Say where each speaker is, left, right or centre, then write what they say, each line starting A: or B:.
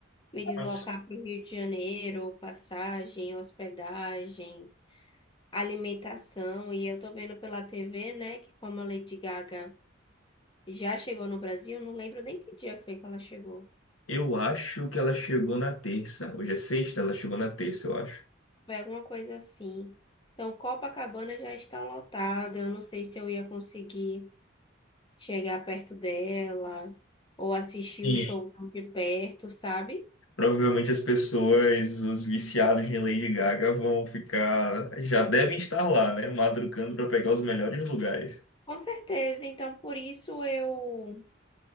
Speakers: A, on the left (about 25°); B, on the left (about 80°).
A: me deslocar
B: mas-
A: para o Rio de Janeiro, passagem, hospedagem, alimentação. E eu tô vendo pela TV, né, que como a Lady Gaga já chegou no Brasil, não lembro nem que dia foi que ela chegou.
B: Eu acho que ela chegou na terça. Hoje é sexta, ela chegou na terça, eu acho.
A: Foi alguma coisa assim. Então, Copacabana já está lotada. Eu não sei se eu ia conseguir chegar perto dela ou assistir
B: Sim.
A: o show de perto, sabe?
B: Provavelmente as pessoas, os viciados em Lady Gaga, vão ficar. Já devem estar lá, né? Madrugando para pegar os melhores lugares.
A: Com certeza. Então, por isso eu